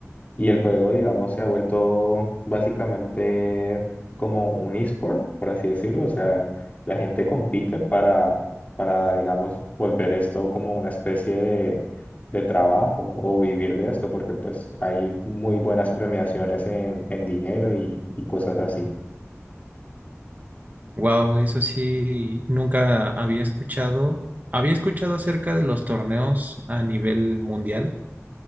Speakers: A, on the left; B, on the right.
A: Y el juego, digamos, se ha vuelto básicamente como un esport, por así decirlo. O sea, la gente compite para, para, digamos, volver esto como una especie de, de trabajo o vivir de esto, porque pues hay muy buenas premiaciones en, en dinero y y cosas así.
B: Wow, eso sí, nunca había escuchado. Había escuchado acerca de los torneos a nivel mundial